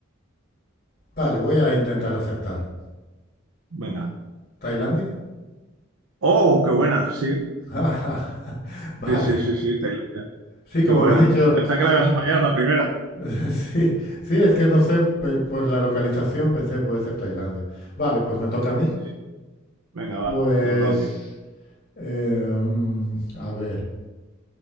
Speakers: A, on the left; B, on the right.
A: vale, voy a intentar acertar.
B: Venga.
A: ¿Tailandia?
B: Oh, qué buena, sí,
A: Ah, <laughs> vale.
B: sí, sí, sí, sí, Tailandia.
A: Sí,
B: Qué
A: como
B: buena.
A: me has dicho,
B: Pensaba que
A: mm,
B: la ibas a fallar la primera.
A: <laughs> sí, sí, es que no sé, pe- por la localización pensé puede ser Tailandia. Vale, pues me toca
B: Sí,
A: a mí.
B: sí. Venga, va,
A: Pues,
B: hacemos la última.
A: eh, mm, a ver,